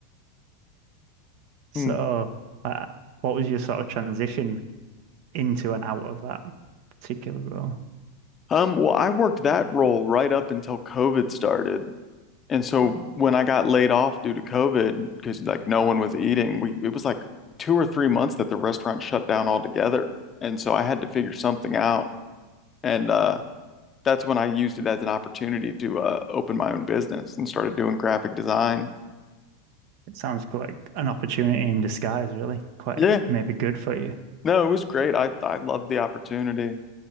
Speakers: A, on the right; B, on the left.
A: <laughs> so.
B: Hmm.
A: Uh, what was your sort of transition into and out of that particular role?
B: Um, well, I worked that role right up until COVID started. And so
A: Oh,
B: when I got laid off due to COVID, because like no one was eating, we it was like two or three months that the restaurant shut down altogether. And so I had to figure something out. And uh, that's when I used it as an opportunity to uh, open my own business and started doing graphic design.
A: it sounds like an opportunity in disguise, really. Quite
B: Yeah,
A: maybe good for you.
B: no, it was great. I I loved the opportunity.